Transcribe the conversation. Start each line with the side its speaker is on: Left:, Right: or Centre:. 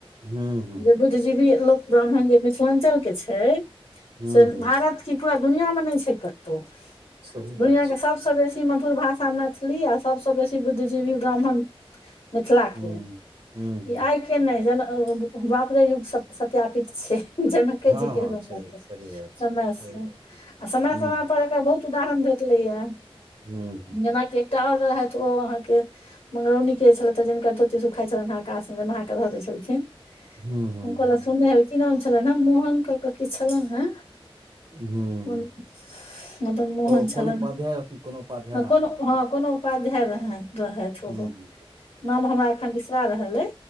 Right: हुँ हुँ
Left: जे बुद्धजीवी लोक ब्राह्मण जे मिथलांचल के छै
Right: हुँ
Left: से
Right: हुँ
Left: भारत की पूरा दुनिया मे नै छै कतो,
Right: सही बात
Left: दुनिया
Right: छै
Left: के सब से बेसी मधुर भाषा मैथिली आ सबसे बेसी बुद्धजीवी ब्राह्मण मिथला
Right: हुँ
Left: के।
Right: हुँ हुँ
Left: ई आय के नै जेना उम्म द्वापरे युग सप सत्यापित छै। जनके
Right: हँ
Left: जी के
Right: हँ
Left: समय
Right: छै
Left: से
Right: सही बात छै
Left: समय
Right: सही
Left: से
Right: बात
Left: आ समय-समय
Right: हुँ
Left: पर एकर बहुत उदाहरण भेटले या
Right: हुँ हुँ
Left: जेना कि एकटा और रहैथ ओ अहाँ के मंगरौनी के छलैथ अय जिनकर धोती सुख आए छलैन अकाश मे जब नहा क ध दै छलखिन
Right: हूँ हूँ
Left: हम कहलौ
Right: हूँ
Left: सुनने हेबै। की नाम छलैन हे मोहन क के किछ छलन हे
Right: हूँ
Left: कोन मदन मोहन
Right: ओ
Left: छलन
Right: कोनो उपाध्याय रहथिन कोनो उपाध्याय
Left: आ
Right: नाम
Left: कोनो
Right: रहनि हुनकर
Left: हां कोनो उपाध्याय रहैन रहैथ उहो
Right: हूँ हूँ
Left: नाम हमरा एखन बिसरा रहल अय।